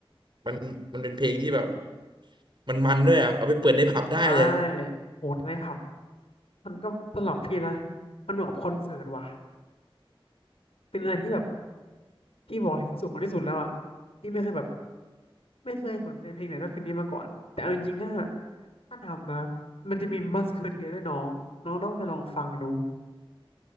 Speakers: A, on the right; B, on the left.
A: มันมันเป็นเพลงที่แบบมันมันด้วยอ่ะเอาไปเปิดในผับได้เลย
B: ใช่โหดใครับมันก็สำหรับพี่นะ มันเหมือนกับคอนเสิร์ตว่ะเป็นอะไรที่แบบพี่บอกเลยที่สุดของที่สุดแล้วอ่ะพี่ไม่เคยแบบไม่เคยสนใจเพลงไหนเท่าเพลงนี้มาก่อนแต่เอาจริงๆนะถ้าทำนะมันจะมีมัสเคอเทียด้วยน้องน้องต้องไปลองฟังดู